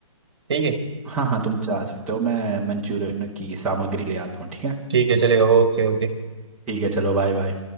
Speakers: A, on the right; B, in the centre.
A: ठीक है
B: हाँ हाँ तुम जा सकते हो मैं मंचूरियन की सामग्री ले आता हूँ ठीक है
A: ठीक है चलेगा ओके ओके
B: ठीक है चलो बाय बाय